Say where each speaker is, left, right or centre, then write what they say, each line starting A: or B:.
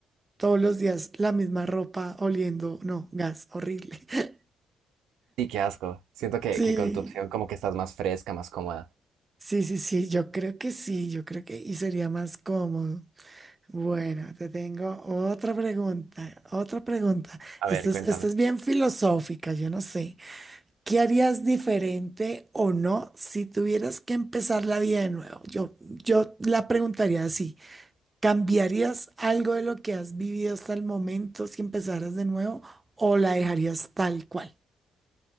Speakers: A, on the right; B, on the right.
A: todos los días la misma ropa oliendo, no, gas, horrible. <laughs>
B: Sí, qué asco. Siento que,
A: Sí,
B: que con tu opción como que estás más fresca, más cómoda.
A: sí, sí, sí, yo creo que sí, yo creo que y sería más cómodo. Bueno, te tengo otra pregunta, otra pregunta.
B: A
A: Esta
B: ver,
A: es,
B: cuéntame.
A: esta es bien filosófica, yo no sé. ¿Qué harías diferente o no si tuvieras que empezar la vida de nuevo? Yo, yo la preguntaría así. ¿Cambiarías algo de lo que has vivido hasta el momento si empezaras de nuevo o la dejarías tal cual?